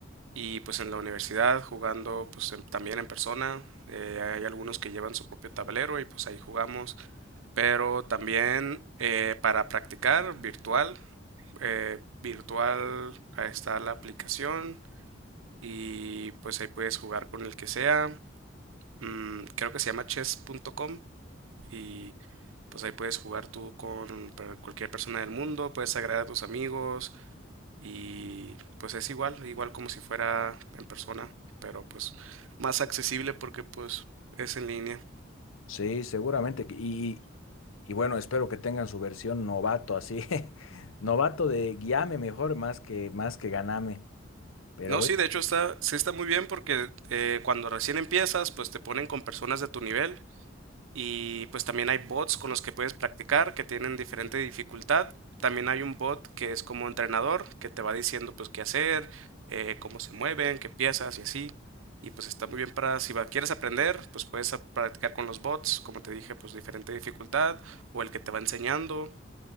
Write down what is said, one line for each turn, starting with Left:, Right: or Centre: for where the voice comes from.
Right: y pues en la universidad jugando pues en- también en persona. Eh, hay algunos que llevan su propio tablero y pues ahí jugamos. Pero también eh, para practicar virtual, eh, virtual ahí está la aplicación y pues ahí puedes jugar con el que sea. Mm, creo que se llama chess.com y pues ahí puedes jugar tú con per- cualquier persona del mundo, puedes agregar a tus amigos y pues es igual, igual como si fuera en persona, pero pues más accesible porque pues es en línea.
Left: Sí, seguramente. y Y bueno, espero que tengan su versión novato, así, <laughs> novato de guíame mejor más que, más que ganame. Pero
Right: No,
Left: bueno,
Right: sí, de hecho está, sí está muy bien porque eh, cuando recién empiezas, pues te ponen con personas de tu nivel Y pues también hay bots con los que puedes practicar que tienen diferente dificultad. También hay un bot que es como entrenador que te va diciendo pues qué hacer, eh, cómo se mueven, qué piezas y así. Y pues está muy bien para si va- quieres aprender, pues puedes a- practicar con los bots, como te dije, pues diferente dificultad o el que te va enseñando.